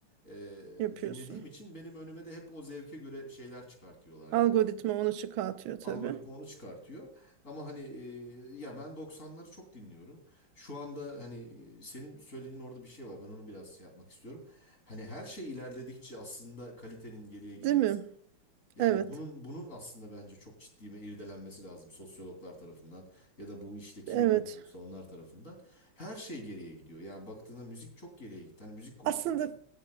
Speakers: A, on the left; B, on the right.
A: e,
B: Yapıyorsun.
A: dinlediğim için benim önüme de hep o zevke göre şeyler çıkartıyorlar yani.
B: Algoritma onu çıkartıyor tabii.
A: Algoritma onu çıkartıyor. Ama hani e, ya ben doksanları çok dinliyorum. Şu anda hani e, senin söylediğin orada bir şey var. Ben onu biraz şey yapmak istiyorum. Hani her şey ilerledikçe aslında kalitenin geriye gitmesi.
B: Değil mi?
A: Yani
B: Evet.
A: bunun bunun aslında bence çok ciddi bir irdelenmesi lazım sosyologlar tarafından ya da bu işle kim
B: Evet.
A: ilgileniyorsa onlar tarafından. Her şey geriye gidiyor. Yani baktığında müzik çok geriye gitti. Hani müzik konuşuyoruz
B: Aslında
A: şu an.